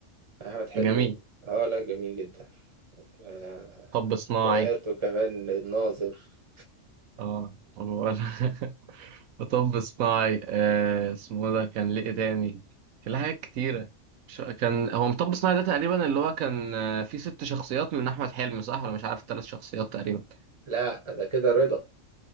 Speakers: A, on the right (about 25°); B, on the right (about 85°).
A: أحمد حلمي
B: جميل
A: اه لا جميل جدا آه،
B: طب صناعي
A: حكاياته كمان الناظر
B: اه هو- <laughs> طب صناعي آه اسمه ده كان ليه إيه تاني كان ليه حاجات كتيرة مش- كان هو مطب صناعي ده تقريبا اللي هو كان آه، فيه ست شخصيات من أحمد حلمي صح ولا مش عارف ثلاث شخصيات تقريبا
A: لا ده كده رضا